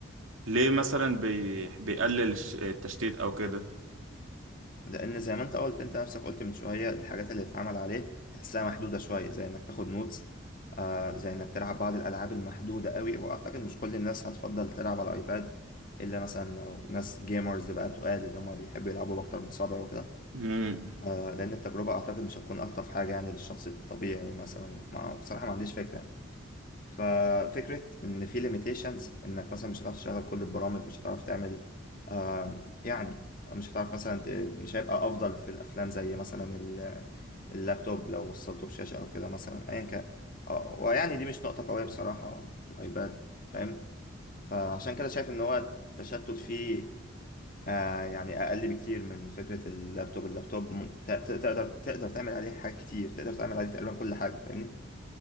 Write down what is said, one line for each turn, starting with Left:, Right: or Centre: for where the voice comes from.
Right: ليه مثلا بي بيقلل الش- التشتيت او كده
Left: لان زي ما انت قلت انت نفسك قلت من شويه الحاجات اللي اتعمل عليه تحسها محدوده شويه زي انك تاخد نوتس آه زي انك تلعب بعض الالعاب المحدوده قوي واعتقد مش كل الناس هتفضل تلعب على الايباد الا مثلا لو ناس جيمرز بقى تقال ان هم بيحبوا يلعبوا باكتر من صابع وكده
Right: امم
Left: آه لان التجربه اعتقد مش هتكون الطف حاجه يعني للشخص الطبيعي مثلا ما بصراحه ما عنديش فكره ففكرة إن في limitations إنك مثلا مش هتعرف تشغل كل البرامج مش هتعرف تعمل آم، يعني مش هتعرف مثلا ت- مش هيبقى أفضل في الأفلام زي مثلا ال- اللابتوب لو وصلته بشاشة أو كده مثلا أيا كان آه، ويعني دي مش نقطة قوية بصراحة في الأيباد فاهم فعشان كده شايف إن هو التشتت فيه آه، يعني أقل بكتير من فكرة اللابتوب اللابتوب م- ت- ت- تقدر تقدر تعمل عليه حاجات كتير تقدر تعمل عليه تقريبا كل حاجة فاهمني؟